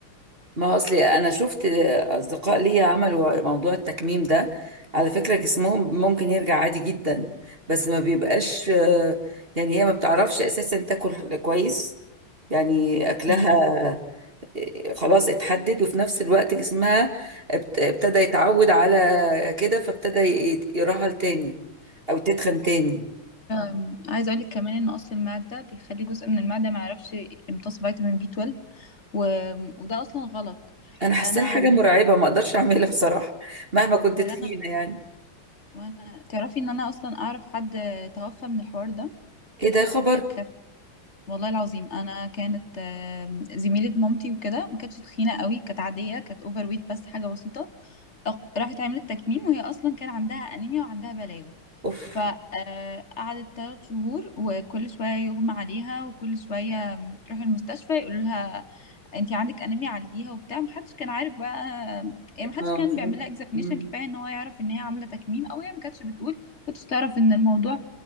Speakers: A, on the right; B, on the left.
A: ما اصلي انا شفت اصدقاء ليا عملوا موضوع التكميم ده على فكرة جسمهم ممكن يرجع عادي جدا بس ما بيبقاش آه، يعني هي ما بتعرفش اساسا تاكل كويس يعني اكلها
B: امم
A: آه، خلاص اتحدد وفي نفس الوقت جسمها ابت- ابتدى يتعود على كده فابتدى ي- يرهل تاني او تتخن تاني
B: أم، عايزة أقولك كمان إن قص المعدة بيخلي جزء من المعدة ما يعرفش يمتص فيتامين بي 12 و... وده أصلا غلط
A: انا حاساها
B: أنا
A: حاجة مرعبة ما اقدرش اعملها بصراحة مهما كنت
B: ولا
A: تخينة
B: أنا
A: يعني
B: وأنا تعرفي إن أنا أصلا أعرف حد توفى من الحوار ده
A: ايه ده خبر
B: كانت والله العظيم أنا كانت آم، زميلة مامتي وكده ما كانتش تخينة قوي كانت عادية كانت أوفر ويت بس حاجة بسيطة أق- راحت عملت تكميم وهي اصلا كان عندها انيميا وعندها بلاوي
A: اوف
B: فقعدت ثلاث شهور وكل شويه يغمى عليها وكل شويه تروح المستشفى يقولوا لها انت عندك انيميا عالجيها وبتاع محدش كان عارف بقى يعني محدش
A: اه
B: كان
A: فهمت
B: بيعمل لها اكزامينيشن
A: امم
B: كفايه ان هو يعرف ان هي عامله تكميم او هي ما كانتش بتقول ما كانتش تعرف ان الموضوع